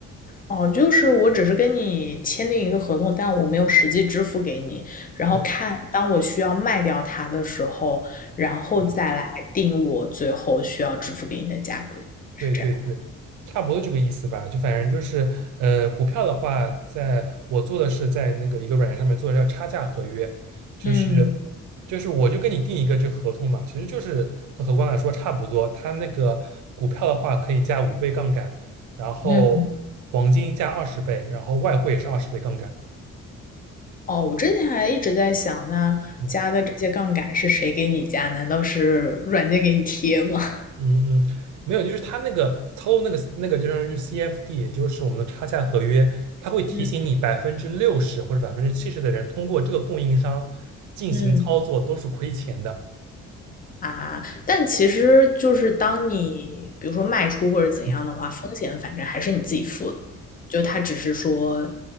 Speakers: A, on the left; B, on the right.
A: 哦，就是我只是跟你签订一个合同，但我没有实际支付给你。然后看，
B: 对，
A: 当我需要卖掉它的时候，然后再来定我最后需要支付给你的价格，
B: 嗯。
A: 是这样。
B: 对对对，差不多这个意思吧。就反正就是，呃，股票的话，在我做的是在那个一个软件上面做的叫差价合约，就是
A: 嗯
B: 就是我就跟你定一个这合同嘛，其实就是跟合光来说差不多。它那个股票的话可以加五倍杠杆，然后黄金加二十倍，
A: 嗯。
B: 然后外汇也是二十倍杠杆。
A: 哦，我之前还一直在想，那加的这些杠杆是谁给你加？
B: 嗯
A: 难道是软件给你贴吗？<laughs>
B: 嗯嗯，没有，就是他那个操作那个那个就相当于 CFD，也就是我们的差价合约，它会提醒你百分之六十或者百分之七十的人通过这个供应商进行操作都是亏钱的。
A: 嗯嗯啊，但其实就是当你比如说卖出或者怎样的话，
B: 嗯，
A: 风险反正还是你自己付的，就他只是说